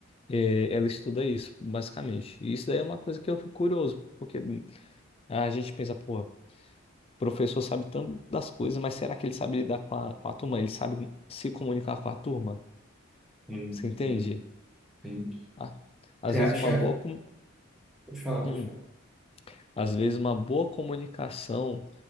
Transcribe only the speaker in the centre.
Sim,
sim, sim.
Você
acha,
deixa eu falar,
deixa eu